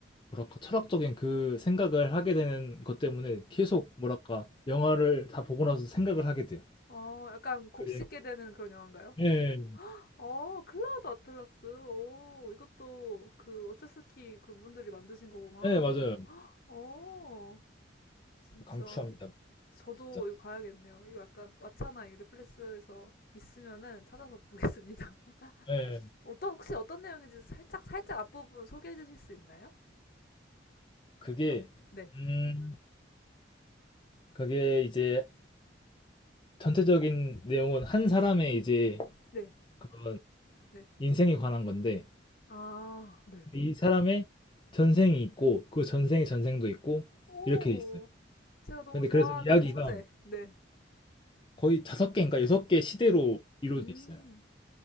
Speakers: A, on the left; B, on the left.
A: 뭐랄까 철학적인 그 생각을 하게 되는 것 때문에 계속 뭐랄까 영화를
B: 음.
A: 다 보고 나서 생각을 하게 돼요.
B: 어, 약간 곱씹게
A: 그게
B: 되는 그런 영화인가요?
A: 음,
B: 어, 클라우드 아틀라스. 오, 이것도 그 어스스키 그분들이 만드신 거구나.
A: 네, 맞아요.
B: 어, 진짜.
A: 강추합니다.
B: 저도
A: 진짜.
B: 이거 봐야겠네요. 이거 약간 왓챠나 이 넷플릭스에서 있으면은 찾아서 보겠습니다. <laughs>
A: 네,
B: 어떤 혹시 어떤 내용인지 살짝 살짝 앞부분 소개해 주실 수 있나요?
A: 그게
B: 막, 네.
A: 음, 그게 이제 전체적인 내용은 한 사람의 이제
B: 네.
A: 그런
B: 네.
A: 인생에 관한 건데
B: 아, 네.
A: 이 사람의 전생이 있고 그 전생의 전생도 있고
B: 오.
A: 이렇게 있어요.
B: 제가 너무
A: 근데
B: 좋아하는
A: 그래서 이야기가
B: 소재. 네.
A: 거의 다섯 개인가 여섯 개 시대로 이루어져
B: 음.
A: 있어요.